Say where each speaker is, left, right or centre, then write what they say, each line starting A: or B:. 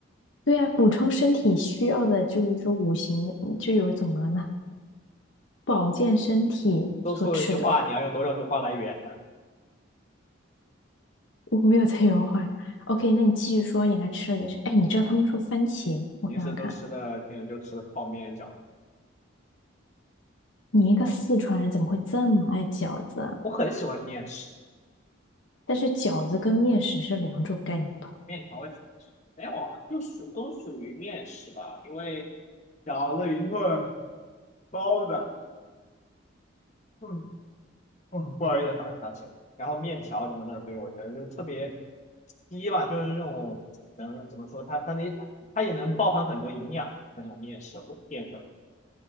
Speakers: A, on the left (about 65°); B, on the left (about 35°).
A: 对啊，补充身体需要的就是说五行嗯就有怎么了呢？保健身体所吃的，
B: 多说错一句话，你要用多少句话来圆呢？
A: 我没有在原话 OK，那你继续说，你还吃了点啥？哎，你知道他们说番茄，我想想看，
B: 平时都吃了，平时就吃了泡面饺子。
A: 你一个四川人怎么会这么爱饺子啊
B: 哦，我很喜欢面食，
A: 但是饺子跟面食是两种概念吧？
B: 面条我也喜欢吃。没有啊，就属都属于面食吧，因为饺子、云棍、包子，嗯嗯，不好意思打个哈欠。然后面条什么的，对我觉得就特别第一吧，就是那种，嗯，怎么说，它它那它它也能包含很多营养那种面食或淀粉，